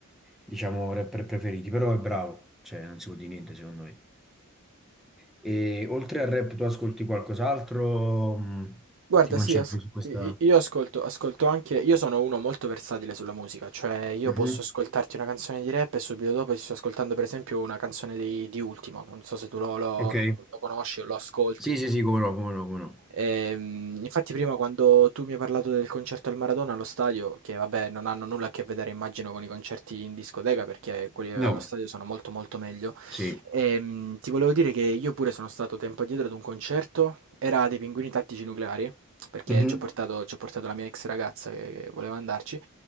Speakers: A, in the centre; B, on the right (about 60°).
A: diciamo, rapper preferiti, però è bravo, cioè non si può dire niente secondo me. E oltre al rap tu ascolti qualcos'altro? mh,
B: Guarda,
A: Ti concentri
B: sì, as-
A: su questa...
B: i- i- io ascolto, ascolto anche, io sono uno molto versatile sulla musica, cioè io
A: Mhm,
B: posso ascoltarti una canzone di rap e subito dopo ti sto ascoltando per esempio una canzone di, di Ultimo, non so se tu lo, lo-
A: Ok.
B: lo- lo conosci o lo ascolti.
A: Sì, sì, sì, come no, come no, come no.
B: Ehm, infatti prima quando tu mi hai parlato del concerto al Maradona allo stadio, che vabbè non hanno nulla a che vedere immagino con i concerti in discoteca perché quelli allo
A: No,
B: stadio sono molto molto meglio,
A: sì.
B: ehm, ti volevo dire che io pure sono stato tempo addietro ad un concerto, era dei Pinguini Tattici Nucleari, perché
A: Mhm,
B: ci ho portato, ci ho portato la mia ex ragazza che, che voleva andarci,